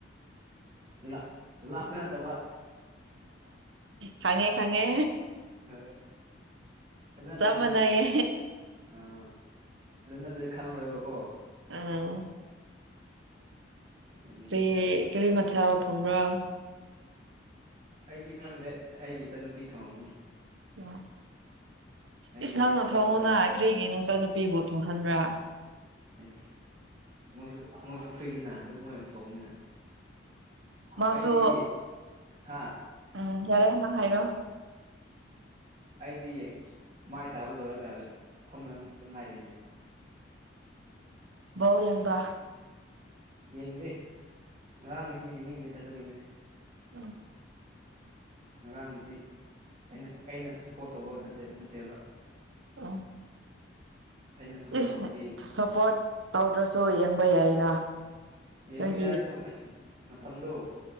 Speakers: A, on the right (about 35°); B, on the right (about 80°).
A: ꯂꯥꯞ ꯂꯥꯞꯄ ꯅꯠꯇꯕ
B: ꯈꯥꯉꯦ ꯈꯥꯉꯦ
A: ꯍꯣꯏ ꯑꯗꯨ ꯅꯠꯇ꯭ꯔꯗꯤ
B: ꯆꯞ ꯃꯅꯩꯌꯦ
A: ꯑꯥ ꯑꯗꯨ ꯅꯠꯇ꯭ꯔꯥꯗꯤ ꯈꯥꯡꯉꯔꯣꯏꯕꯀꯣ
B: ꯑꯝ
A: ꯑꯦ
B: ꯀ꯭ꯔꯤ ꯀꯔꯤ ꯃꯊꯦꯜ ꯊꯣꯡꯕ꯭ꯔꯥ
A: ꯑꯩꯗꯤ ꯈꯪꯗꯦ ꯑꯩꯒꯤ ꯏꯆꯟꯅꯨꯄꯤ ꯊꯣꯡꯉꯝꯅꯤ
B: ꯎꯝ
A: ꯑꯩꯗꯤ
B: ꯏꯁ ꯅꯪꯅ
A: ꯍꯦꯛ ꯍꯧꯒꯠꯄꯒ
B: ꯊꯣꯡꯑꯣꯅ ꯀ꯭ꯔꯤꯒꯤ ꯅꯆꯥꯟ ꯅꯨꯄꯤꯕꯨ ꯊꯣꯡꯍꯟꯕ꯭ꯔꯥ
A: ꯑꯁ ꯃꯣꯏꯁꯨ ꯃꯣꯏꯁꯨ ꯐ꯭ꯔꯤꯅꯤꯅ ꯑꯗꯨꯝ ꯃꯣꯏꯅ ꯊꯣꯡꯅꯤꯅ
B: ꯃꯥꯁꯨ
A: ꯑꯩꯗꯤ ꯍꯥ
B: ꯎꯝ ꯌꯥꯔꯦ ꯅꯪ ꯍꯥꯏꯔꯣ
A: ꯑꯩꯗꯤ ꯃꯥꯏ ꯇꯥꯕ ꯂꯣꯏꯔꯒ ꯐꯝ <unintelligible> ꯉꯥꯏꯔꯤꯅꯦ
B: ꯕꯣꯜ ꯌꯦꯡꯕ꯭ꯔꯥ
A: ꯌꯦꯡꯗꯦ ꯉꯔꯥꯡꯒꯤꯗꯤ ꯌꯦꯡꯅꯤꯡꯗꯦꯗ ꯑꯗꯨꯒꯤꯅꯦ
B: ꯎꯝ
A: ꯉꯔꯥꯡꯒꯤꯗꯤ ꯑꯩꯅ ꯑꯩꯅ ꯁꯞꯄꯣꯔꯠ ꯇꯧꯕ ꯅꯠꯗꯦ ꯅꯠꯇꯦꯕ
B: ꯑꯣ
A: ꯑꯩꯅ ꯁꯞꯄꯣꯔꯠ
B: ꯏꯁ
A: ꯇꯧꯕꯗꯤ
B: ꯁꯞꯄꯣꯔꯠ ꯇꯧꯗ꯭ꯔꯥꯁꯨ ꯌꯦꯡꯕ ꯌꯥꯏꯅ
A: ꯌꯦꯡꯕ
B: ꯅꯣꯏꯗꯤ
A: ꯌꯥꯏ ꯑꯗꯣ ꯑꯁ ꯃꯇꯝꯗꯣ